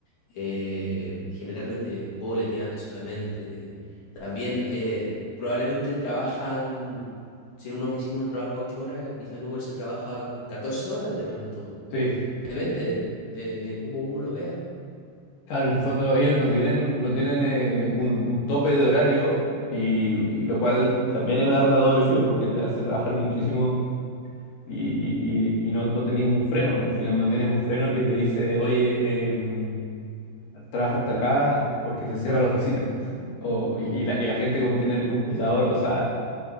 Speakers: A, on the left (about 50°); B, on the left (about 75°).
A: eh, generalmente boletean solamente. También eh, probablemente trabajan, si en una oficina uno trabaja 8 horas, quizá en Uber se trabaja 14 horas de pronto.
B: Sí,
A: Depende de, de cómo uno lo vea,
B: claro, en el fondo ellos no tienen, no tienen eh, un, un tope de horario y,
A: claro.
B: y lo cual también es un arma de doble filo porque te hace trabajar muchísimo y, y, y- y no, no tenés un freno, al final no tienes un freno que te dice, oye, em, trabaja hasta acá porque se cierra la oficina. <laughs> O, y,
A: Mm,
B: y la, y la gente como tiene el computador, o sea,